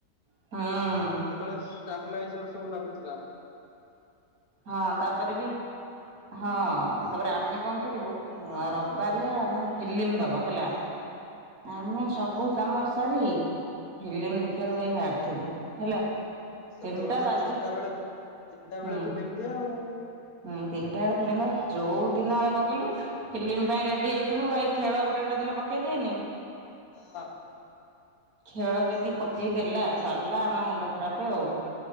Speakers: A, on the right; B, on the left.
A: ହଁ।
B: ସେତେବେଳେ ଷ୍ଟାବ୍ଲାଇଜର୍ ସବୁ ଲାଗିଥିଲା।
A: ହଁ ତାପରେ ବି ହଁ। ହଁ ତାପରେ ଆମେ କଣ କରିବୁ, ରିବାରିଆ ମାନେ ଫିଲ୍ମ ଦେବ ହେଲା ଆମେ ସବୁ କାମ ସାରି ଫିଲ୍ମ ଦେଖିବାକୁ ଭାଇ ବାହାରିଥିବୁ ହେଲା।
B: ସେତେବେଳେ
A: ତିନିଟା
B: ତ
A: ବାଜି
B: ତିନିଟା ବେଳେ, ତିନିଟା
A: ହୁଁ।
B: ବେଳେ ଫିଲ୍ମ ଦିଆ ଆଉ।
A: ହୁଁ ତିନିଟା ବେଳେ ଫିଲ୍ମ ନାହିଁ, ଯୋଉ ଦିନ ଆମେ କଣ କହିଲୁ ଫିଲ୍ମ ପାଇଁ ରେଡି ହେଇଥିବୁ ଭାଇ ଖେଳ ଗୋଟେ ଗୋଟେ ଦିନ ପକେଇଦିଏନି?
B: ହଁ।
A: ଖେଳ ଯଦି
B: ତାପରେ
A: ପକେଇ ଦେଲା ସରିଲା ଆମ ମୁଣ୍ଡ ଖରାପ ଆଉ।